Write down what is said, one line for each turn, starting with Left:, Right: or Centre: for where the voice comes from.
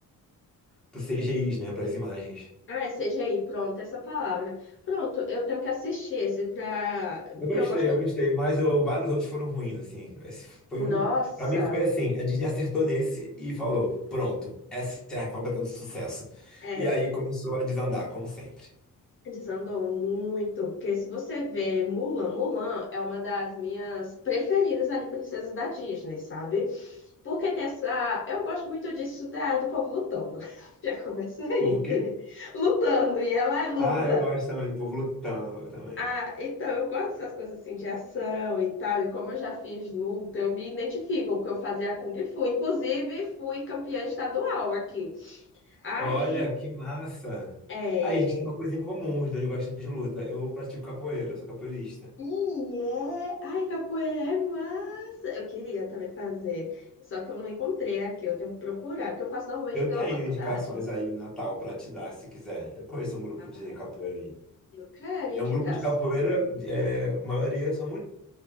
Centre: pros CGIs, né? Para as imagens.
Left: Ah, é CGI, pronto, essa palavra. Pronto, eu tenho que assistir esse pra. Porque
Centre: Eu gostei,
Left: eu gosto.
Centre: eu gostei, mas eu- vários outros foram ruins, assim. Esse foi
Left: Nossa!
Centre: o único. Pra mim foi assim, a Disney acertou nesse e falou: pronto, essa é a fábrica do sucesso.
Left: É,
Centre: E aí começou a desandar, como sempre.
Left: Desandou muito, porque se você vê Mulan, Mulan é uma das minhas preferidas ali, princesas da Disney, sabe? Porque tem essa. Eu gosto muito disso da, do povo lutando. <laughs> Já começa aí,
Centre: O povo
Left: entendeu?
Centre: o quê?
Left: Lutando, e ela é luta.
Centre: Ah, eu gosto também, do povo lutando, eu também.
Left: Ah, então eu gosto dessas coisas assim de ação e tal, e como eu já fiz luta, eu me identifico, porque eu fazia Kung Fu. Inclusive, fui campeã estadual aqui. Aí.
Centre: Olha, que massa!
Left: É...
Centre: Aí, a gente tem uma coisa em comum, os dois gostam de luta. Eu pratico capoeira, sou capoeirista.
Left: E é. Ai, capoeira é massa! Eu queria também fazer, só que eu não encontrei aqui, eu tenho que procurar, porque eu faço normalmente
Centre: Eu
Left: pela
Centre: tenho
Left: faculdade.
Centre: indicações aí em Natal para te dar, se quiser. Eu conheço um grupo
Left: Ai,
Centre: de capoeira
Left: eu,
Centre: aí.
Left: eu quero indicação.
Centre: E é um grupo de capoeira, é, a maioria são mulheres.